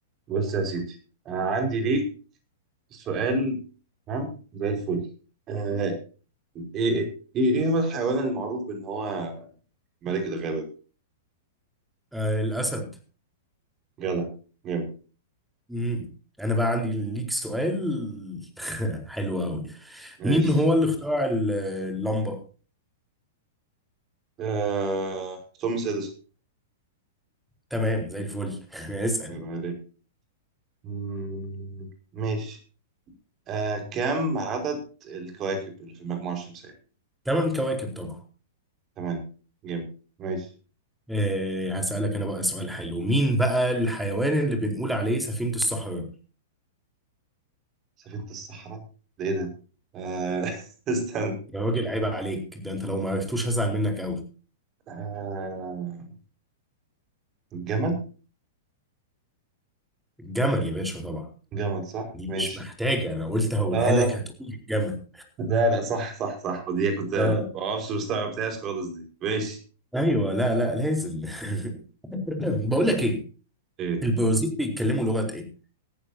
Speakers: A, on the right; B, in the centre.
A: بص يا سيدي آه عندي ليك سؤال تمام زي الفل آه ايه ايه ايه هو الحيوان المعروف بان هو ملك الغابة
B: آه الأسد
A: جدع جامد
B: مم. أنا بقى عندي ليك سؤال <laughs> حلو أوي
A: ماشي
B: مين هو اللي اخترع ال- اللمبة؟
A: آه توماس اديسون
B: تمام زي الفل <laughs> اسأل
A: يبقى عليك مم، ماشي آه كم عدد الكواكب اللي في المجموعة الشمسية؟
B: تمن كواكب طبعا
A: ثمانية جامد ماشي
B: آه هسألك أنا بقى سؤال حلو مين بقى الحيوان اللي بنقول عليه سفينة الصحراء؟
A: سفينة الصحراء ده ايه ده؟ آه <laughs> استنى
B: يا راجل عيب عليك ده أنت لو ما عرفتوش هزعل منك أوي
A: آه الجمل؟
B: الجمل يا باشا طبعا
A: جمل صح؟
B: دي
A: ماشي
B: مش محتاجة أنا قلت هقولها
A: آه
B: لك
A: لا
B: هتقول الجمل
A: لا لا صح صح صح ودي كنت
B: اه
A: ما اعرفش مستوعبتهاش خالص دي ماشي
B: ايوه لا لا لازم <laughs> بقول
A: بس
B: لك ايه
A: ايه
B: البرازيل بيتكلموا لغة ايه؟